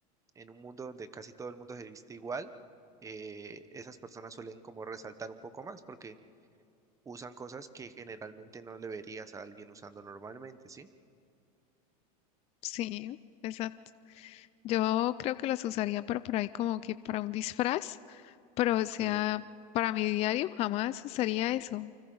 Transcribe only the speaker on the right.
en un mundo donde casi todo el mundo se viste igual, eh, esas personas suelen como resaltar un poco más porque usan cosas que generalmente no le verías a alguien usando normalmente, ¿sí?
Ok.